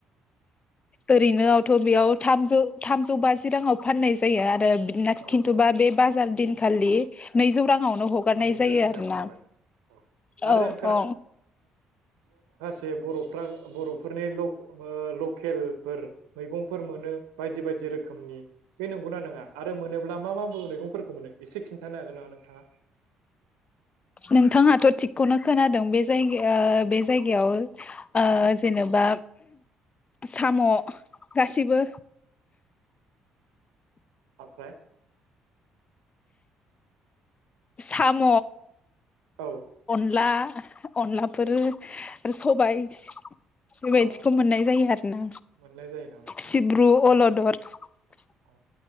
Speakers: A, on the left; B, on the right.
A: ओरैनोआवथ बेयाव थामजौ थामजौ बाजि राङाव फाननाय जायो आरो बिदिनाथ
B: औ
A: खिन्थुबा
B: औ
A: बे बाजार दिन खालि नैजौ राङावनो हगारनाय
B: नैजौ
A: जायो
B: रां
A: आरोना
B: जानो हगारो औ आरो
A: औ
B: आं
A: औ
B: सेे बर' फ्रा बर'फोरनि लके ओ लकेलफोर मैगंफोर मोनो बायदि बायदि रोखोमनि बे नंगौना नङा आरो मोनोब्ला मा मा मैगंफोर मोनो एसे खिन्थानो हागोन नामा नोंथाङा
A: नोंथाङाथ थिगखौनो खोनादों बे जायग बे जायगायाव ओ जेनेबा साम गासैबो
B: ओमफ्राय
A: साम
B: औ
A: अनला अनलाफोर आरो सबाय बेबायदिखौ
B: अ
A: मोननाय जायो आरो ना
B: मोननाय जायो नामा नोंथां
A: सिब्रु अलद दोर <unintelligible>
B: अ